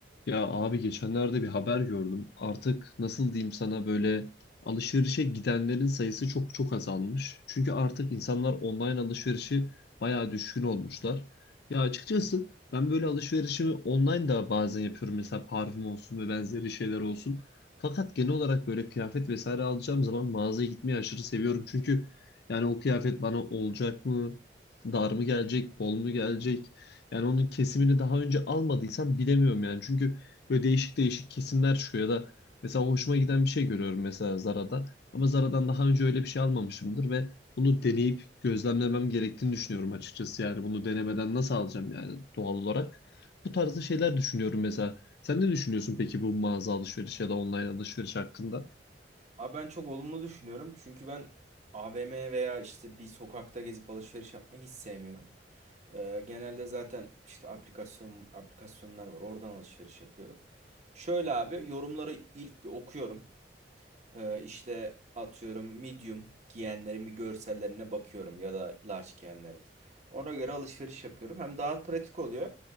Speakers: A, on the left; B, on the right.
A: Ya abi geçenlerde bir haber gördüm. Artık nasıl diyeyim sana böyle alışverişe gidenlerin sayısı çok çok azalmış. Çünkü artık insanlar online alışverişi bayağı düşkün olmuşlar. Ya açıkçası ben böyle alışverişimi online da bazen yapıyorum. Mesela parfüm olsun ve benzeri şeyler olsun. Fakat genel olarak böyle kıyafet vesaire alacağım zaman mağazaya gitmeyi aşırı seviyorum. Çünkü yani o kıyafet bana olacak mı? Dar mı gelecek? Bol mu gelecek? Yani onun kesimini daha önce almadıysam bilemiyorum yani. Çünkü Böyle değişik değişik kesimler çıkıyor ya da mesela hoşuma giden bir şey görüyorum mesela Zara'da. Ama Zara'dan daha önce öyle bir şey almamışımdır ve bunu deneyip gözlemlemem gerektiğini düşünüyorum açıkçası yani. Bunu denemeden nasıl alacağım yani doğal olarak. Bu tarzda şeyler düşünüyorum mesela. Sen ne düşünüyorsun peki bu mağaza alışveriş ya da online alışveriş hakkında?
B: Abi ben çok olumlu düşünüyorum. Çünkü ben AVM veya işte bir sokakta gezip alışveriş yapmayı hiç sevmiyorum. Ee, genelde zaten işte aplikasyon aplikasyonlar var. Oradan alışveriş yapıyorum. Şöyle abi yorumları ilk bir okuyorum. Ee, işte atıyorum medium giyenlerin bir görsellerine bakıyorum ya da large giyenlerin. Ona göre alışveriş yapıyorum. Hem daha pratik oluyor.